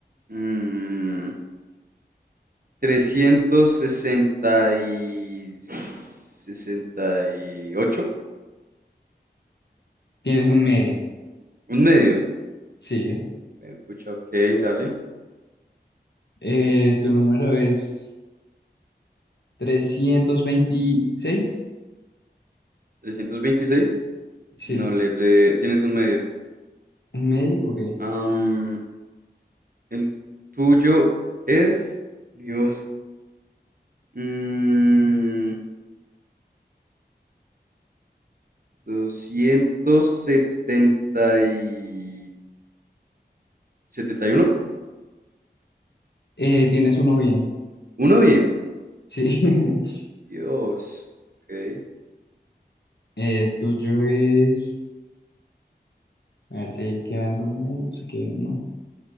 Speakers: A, on the right (about 55°); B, on the left (about 75°).
A: mm, trescientos sesenta y sesenta y ocho
B: Tienes un medio,
A: Un medio.
B: sí.
A: Eh, Pucha, ok, dale.
B: Eh, tu número es trescientos veintiséis,
A: trescientos veintiséis
B: sí.
A: No, le, le- tienes un medio.
B: Un medio, ok.
A: Am, el tuyo es. Dios. mm, doscientos setenta y setenta y Uno
B: Eh, tienes uno bien,
A: uno bien.
B: sí. <laughs>
A: Dios. Ok.
B: El tuyo es, a ver si quedan dos medios, aquí hay uno.